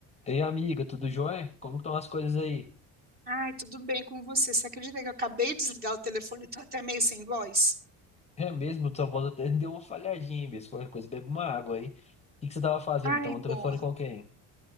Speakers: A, on the left (about 15°); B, on the right (about 25°).
A: Ei, amiga, tudo jóia? Como estão as coisas aí?
B: Ai, tudo bem com você? Você acredita que eu acabei de desligar o telefone e tô até meio sem voz?
A: É mesmo, sua voz até <laughs> deu uma falhadinha, mesmo. Qualquer coisa, bebe uma água aí. O que que você tava fazendo?
B: Ai,
A: Então, um telefone
B: boa.
A: com quem?